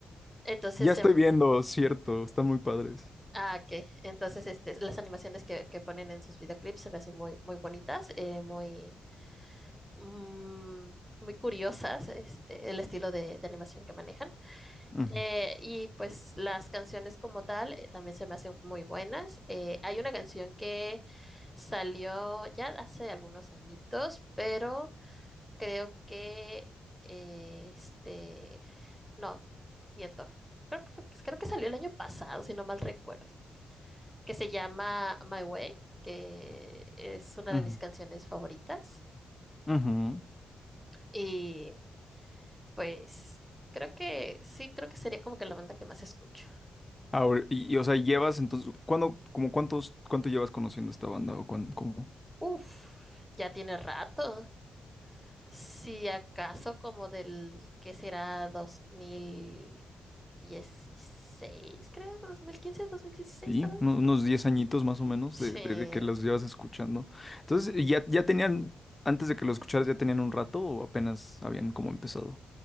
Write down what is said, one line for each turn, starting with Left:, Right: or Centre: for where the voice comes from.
Centre: Entonces,
Left: ya estoy
Centre: em,
Left: viendo, cierto, están muy padres.
Centre: ah, que Entonces, este, las animaciones que, que ponen en sus videoclips se me hacen muy, muy bonitas, eh, muy, mm, muy curiosas, este, el estilo de, de animación que manejan.
Left: Ujú,
Centre: Eh, y pues las canciones como tal eh, también se me hacen muy buenas. Eh, hay una canción que salió ya hace algunos añitos, pero Creo que eh, este, no, miento. Creo que fue- creo que salió el año pasado, si no mal recuerdo, que se llama My Way, que es una
Left: ujú,
Centre: de mis canciones favoritas.
Left: ujú.
Centre: Y pues creo que sí, creo que sería como que la banda que más escucho.
Left: Ahora, y, y, o sea, llevas entonces, ¿cuándo, como cuántos, cuánto llevas conociendo esta banda? ¿O cuándo, como,
Centre: Uf, ya tiene rato. Si acaso como del que será dos mil dieciséis creo, dos dos mil quince dos mil dieciséis
Left: sí,
Centre: tal vez.
Left: uno- unos 10 añitos más o menos
Centre: Sí,
Left: de, de- de que las llevas escuchando. Entonces, ¿ya, ya tenían, antes de que lo escucharas, ya tenían un rato o apenas habían como empezado?